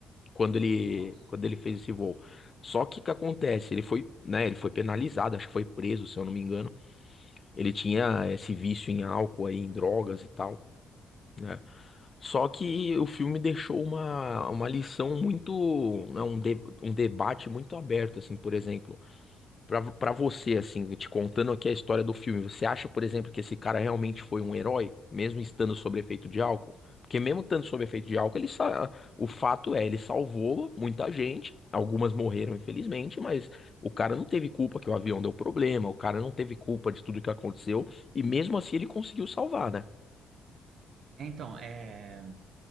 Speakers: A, on the left (about 35°); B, on the right (about 65°).
A: quando ele
B: Nossa.
A: quando ele fez esse voo. Só que o que acontece? Ele foi, né, ele foi penalizado, acho que foi preso, se eu não me engano. Ele tinha eh, esse vício em álcool aí, em drogas e tal, né? Só que o filme deixou uma, uma lição muito, né, um, de- um debate muito aberto, assim, por exemplo. Pra, pra você, assim, te contando aqui a história do filme, você acha, por exemplo, que esse cara realmente foi um herói, mesmo estando sob efeito de álcool? Porque mesmo estando sob efeito de álcool, ele sa... o fato é, ele salvou muita gente, algumas morreram, infelizmente, mas o cara não teve culpa que o avião deu problema, o cara não teve culpa de tudo que aconteceu, e mesmo assim ele conseguiu salvar, né?
B: Então, é,